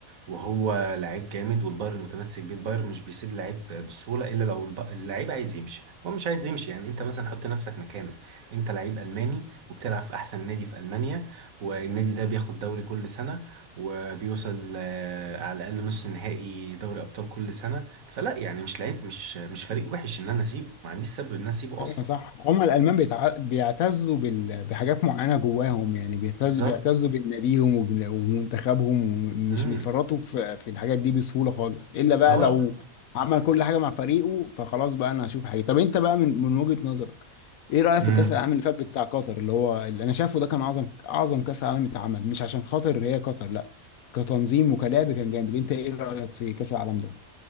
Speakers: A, on the right (about 70°); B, on the left (about 80°).
A: وهو لعيب جامد والبايرن متمسك بيه البايرن مش بيسيب لعيب بسهوله الا لو الب- اللعيب عايز يمشي هو مش عايز يمشي يعني انت مثلا حط نفسك مكانه انت لعيب الماني وبتلعب في احسن نادي في المانيا والنادي ده بياخد دوري كل سنه وبيوصل آه، على الاقل نص نهائي دوري ابطال كل سنه فلا يعني مش لعيب مش مش فريق وحش ان انا اسيبه ما عنديش سبب ان انا اسيبه
B: ايوه
A: اصلا
B: صح هم الالمان بيتع... بيعتزوا بال... بحاجات معينه جواهم يعني بيعتزوا
A: بالظبط
B: بيعتزوا بناديهم وبن- ومنتخبهم مش
A: امم
B: بيفرطوا في... في الحاجات دي بسهوله خالص الا بقى
A: اه
B: لو عمل كل حاجه مع فريقه فخلاص بقى انا هشوف حاجه طب انت بقى من من وجهه نظرك ايه رايك
A: مم.
B: في كاس العالم اللي فات بتاع قطر اللي هو اللي انا شايفه ده كان اعظم اعظم كاس عالم اتعمل مش عشان خاطر هي قطر لا كتنظيم وكلعب كان جامد انت ايه رايك في كاس العالم ده؟